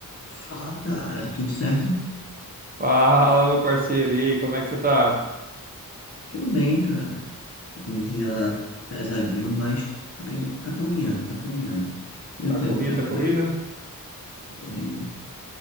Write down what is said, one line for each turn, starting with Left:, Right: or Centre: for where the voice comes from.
Left: Fala, cara, tudo certo?
Right: Fala, meu parceiro. E aí, como é que você tá?
Left: Tudo bem, cara. Um dia pesadinho, mas tá indo, tá caminhando, tá caminhando. E
Right: Tá
Left: o teu,
Right: corrido,
Left: como é
Right: tá
Left: que
Right: corrido?
Left: foi? A corrida?